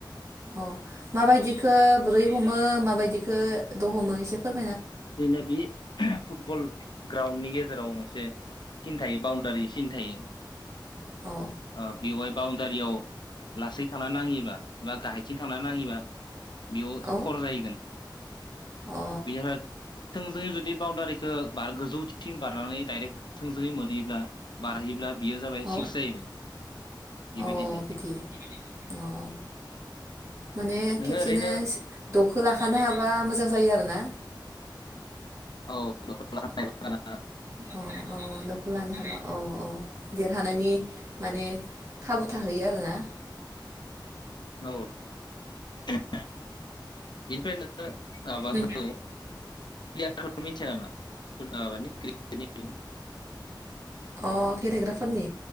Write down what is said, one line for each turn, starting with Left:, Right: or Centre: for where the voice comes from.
Right: अ माबायदिखो बोरै हमो माबायदिखौ द हमो एसे फोर
Left: जोंना बे फुटबल ग्राउणडनि गेजेराव एसे सिन थायो बाउण्डारि सिन थायो
Right: औ
Left: अ बेवहाय बाउण्डारियाव लासै थांना नाङैबा बा गाहायथिं थांना नाङैबा बेयाव
Right: औ
Left: फर जाहैगोन
Right: अ
Left: <unintelligible> थोंजोङै जुदि बाउण्डारिखौ बार गोजौथिं बारनानै डाइरेक्ट थोंजोङै मोनहैब्ला बारहैयोब्ला बेयो जाबाय
Right: औ
Left: सिक्स जाहैबाय बेबायदि
Right: अ
Left: जायो
Right: बिदि अ माने
Left: नोङो
Right: खेबसेनो
Left: ओरैनो
Right: दखौ लाखानो हाब्ला मोजां जायो आरो ना
Left: औ दखान <unintelligible>
Right: औ औ दखौ लानो हाबा औ औ देरहानाय म खाबु थाहैयो आरोना
Left: औ बेनिफ्रायनो आबाख
Right: नों
Left: <unintelligible> प्लेयारफोरखौ मिथिया नामा फुत ओ माबानि क्रिकेटनि
Right: अ गेलेग्राफोरनि